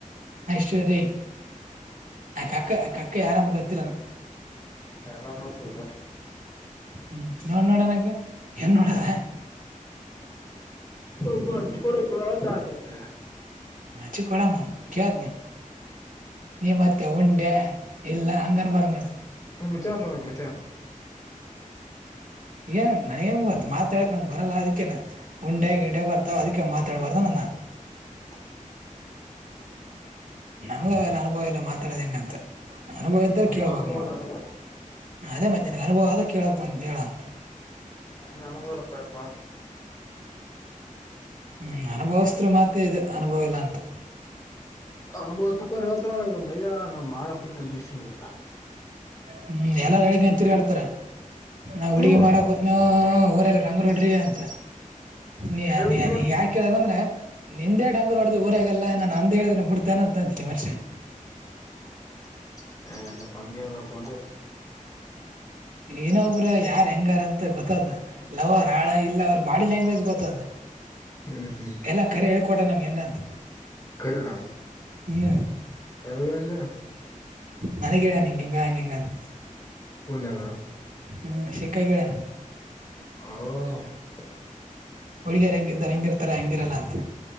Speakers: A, on the right (about 70°); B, on the left (about 25°).
A: ಐಶ್ವರೀ ಆ ಕಕ್ಕ ಆ ಕಕ್ಕ ಯಾರ ಅಂತ ಗೊತ್ತಿಲ್ಲಾನ
B: ಹ ನಾ್ ನೋಡ್ ಸ್ಲ್ಪ
A: ಹ್ಮ್ ನೋಡ್ ನೋಡ ನಗ ಏನ್ ನೋಡದ
B: ಸ್ವಲ್ಪಚ್ಕಡ ಬತಾರೆ
A: ಹಚಿ ಕೊಡಾಮ ಕೇಳತ್ ನೀ ನೀ ಮತ್ತೆ ಉಂಡೆ ಇಲ್ಲ ಹಂಗನ್ ಬಾರದನೋಡ
B: ಹ್ಮ ಮಚ ನೋಡಕ್ ಮಚ
A: ಏನ್ ನನಗೆ ಗೊತ್ತ ಮಾತಾಡಕ್ ನಂಗ್ ಬರಲ್ಲ ಅದಕ್ಕೇನ ಉಂಡೆ ಗಿಂಡೆ ಬರ್ತಾವ ಅದಿಕ ಮಾತಾಡ್ಬಾರ್ದ ನ
B: ಹ
A: ನಮ್ಗ ಅವೆಲ್ಲ ಅನುಭವ ಇಲ್ಲ ಮಾತಾಡದ ಹೆಂಗಂತ ಅನುಭವ ಇದ್ದ್ರ
B: ನನ್ಗ
A: ಕೇಳ್ಬೋಕ್
B: ಅನುಭವ
A: ನಾವ
B: ನನಗೆ
A: ಅದೇ ಮತ್ತ್ಯಾ ನಿನಗ ಅನುಭವ ಅದ ಕೇಳಕ್ ಹೇಳಂತ
B: ಅದ ಅನುಭವ ಇಲ್ಲಪಪ್ಪಾ
A: ಹ್ಮ್ ಅನುಭವಸ್ರು ಮಾತ್ತೇ ಇದು ಅನುಭವ ಇಲ್ಲ ಅಂತ
B: ಅನುಭವ ತಪ್ಪರ್ ಹಳ್ತ್ರ ನಗ ಮಯಾ ನಾ ಮಾಡಕ್ ಕೂತ ಅ ಇಗ
A: ಹ್ಮ್ ಎಲ್ಲಾರ ಬೆಳಗ್ಂತರ್ ಹಡ್ತಾರ ನಾ ಹುಡುಗಿ
B: ಹ್ಮ್
A: ಮಾಡಕ್ ಹದನ ಹಾ ಊರೆಲ್ಲ ರಂಗರೋಡ್ರಿ ಅಂತ ನೀ
B: ಹೇಗ
A: ನೀ
B: ತಿರ್ಗಾಡ್
A: ನೀ ಯಾಕೆ ಹೇಳನಂದ್ರೆ ನಿಂದೆ ಡಂಗೂರ್ ಹೊಡ್ದ್ ಊರಾಗಲ್ಲ ನಾನು ಅಂದ ಹೇಳಿದ ಬಿಡ್ತೇನೆ ಅಂತ ಅಂತೀನಿ ಮತ್ತೆ
B: <inaudible> ಹ ಎಲ್ಲ ಪಂಗಗೆಲ್ಲ ಬದ
A: ಏನೊಬ್ರ ಯಾರ್ ಹೆಂಗಾರ ಅಂತ ಗೊತ್ತಾದ್ದ ಲವರ್ ಹಳ ಇಲ್ಲ ಅವ್ರ ಬಾಡಿ ಲ್ಯಾಂಗ್ವೇಜ್ ಗೊತ್ತದ
B: ಹ್ಮ್ ಹ್ಮ್
A: ಎಲ್ಲ ಕರಿ ಹೇಳ್ಕೊಟ ನಮ್ ಹೆಂಗಂತ
B: ಕರೆನಾ
A: ಹ್ಮ್
B: ಯಾವಂದ
A: ನನಗ ಹೇಳನ ಹಿಂಗಿಗ ಹಿಂಗಂಗಿಂತ
B: ಪೂನಗ
A: ಹ್ಮ್ ಶಿಕೈಗಳೇನು
B: ಹ
A: ಹುಡಿಗಾರ್ ಹೆಂಗದಿರ ಹೆಂಗಿರ್ತಾರ ಹೆಂಗಿರಲ್ಲ ಅಂತ